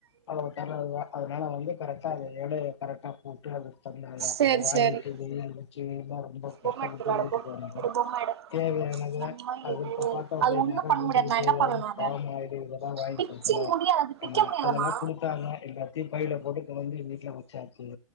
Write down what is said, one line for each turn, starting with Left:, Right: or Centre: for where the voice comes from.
Left: அவ்ளவு தர்றதுதா அதனால வந்து கரெக்டா அது எடைய கரெக்டா போட்டு அது அதுமாரி தா
Right: சேரி
Left: அந்த வாரிய
Right: சேரி
Left: <unintelligible> <unintelligible> ரொம்ப
Right: பொம்ம
Left: கஷ்ட
Right: எடுத்து
Left: வீட்டுக்கு
Right: விளாட போ எடு பொம்ம எடு
Left: <unintelligible> தேவையானத
Right: பொம்மை
Left: ஆ
Right: எடு
Left: இப்ப பாத்தா அப்படிநாக
Right: அது ஒண்ணும்
Left: தேவையாக
Right: பண்ண
Left: வீட்டுக்கு
Right: முடியாது நா
Left: தேவையான
Right: என்ன பண்ணனு அத
Left: பாமாயிலு இததா வாங்கி
Right: பிச்சு
Left: குடுக்கணு
Right: முடியாது அது பிக்க
Left: அமா
Right: முடியாதுமா
Left: அதெல்லா குடுத்தாங்க எல்லாத்தையும் பையில போட்டுட்டு வந்து வீட்டுல வச்சாசு